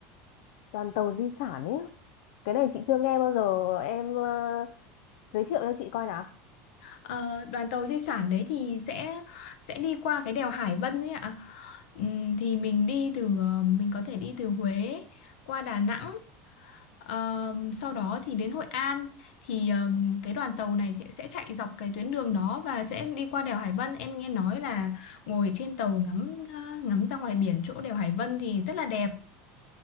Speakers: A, on the left; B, on the left.
A: Đoàn tàu di sản ấy. Cái này chị chưa nghe bao giờ. Em ờ, giới thiệu cho chị coi nào.
B: Ờ, đoàn tàu di sản đấy thì sẽ sẽ đi qua cái đèo Hải Vân ấy ạ. Ừm, thì mình đi từ ờ, mình có thể đi từ Huế qua Đà Nẵng Ờm, sau đó thì đến Hội An thì ờm, cái đoàn tàu này thì sẽ chạy dọc cái tuyến đường đó và sẽ đi qua đèo Hải Vân. Em nghe nói là ngồi trên tàu ngắm ờ, ngắm ra ngoài biển chỗ đèo Hải Vân thì rất là đẹp.